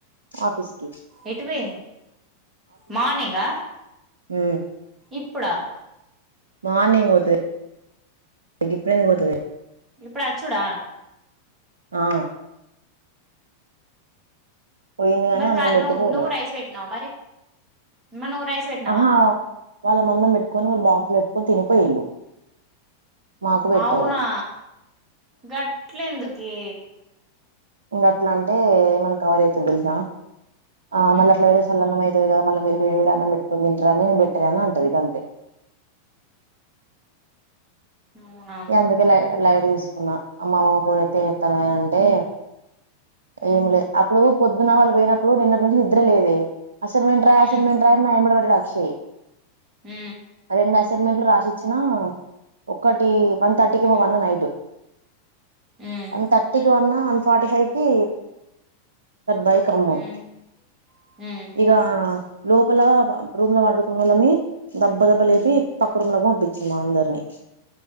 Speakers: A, on the right (about 75°); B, on the right (about 15°).
A: ఆఫీస్ కి
B: ఎటు పోయింది మార్నింగా
A: ఉ
B: ఇప్పుడ
A: మార్నింగ్ పోతది గిప్పుడెందుకు పోతది
B: ఇప్పుడు అచ్చుడా
A: ఆ పోయింది గానీ
B: మరి
A: అన్నం
B: క
A: పెట్టిపోలే
B: నువ్వు నువ్వు రైస్ పెట్టినావా మరి మరి నువ్వు రైస్ పెట్టినావా
A: అహా వాళ్ళ మందం పెట్టుకొని వాళ్ళ బాక్స్ లో పెట్టుకొని తినిపోయిళ్ళు మాకు పెట్టలే
B: అవునా గట్ల ఎందుకే
A: ఇంకా అట్లా అంటే మనకి కవర్ అవుతుంది తెలుసా ఆ
B: ఉమ్
A: మళ్ళీ అట్లా పెడతే సల్లన్నము అయి కదా మళ్ మీరు వేడట్కు తంటారనిను పెట్టేలే అంటది ఇకంతే
B: అవునా
A: ఎందుకే లైట్ తీసుకున్నా అమ్మా అమమ్మ కూర తనితారు అని అంటే
B: ఉమ్
A: ఏమి లే అప్పుడు పొద్దున్న వాళ్ళు పోయినప్పుడు నిన్నటి నుంచి నిద్ర లేదే అసైన్మెంట్ రాయి
B: ఉమ్
A: అసైన్మెంట్ రాయి అని నా ఎంబడు పట్టడు అక్షయ్
B: ఆ
A: రెండు అసైన్మెంట్లు రాసిచ్చిన ఒకటి వన్ థర్టీకి
B: ఉమ్
A: ఏమో వన్న నైట్
B: ఉమ్
A: వన్ థర్టీకి వన్నా వన్ ఫార్టీ ఫైవ్ కి బైక్ కమ్ము
B: ఉమ్ ఉమ్
A: ఇక లోపల రూమ్ లో వండుకున్న వోల్లమీ దబ్బ దబ్బ లేపి
B: ఉమ్
A: పక్కరుములకు పప్పించింది మా అందరిని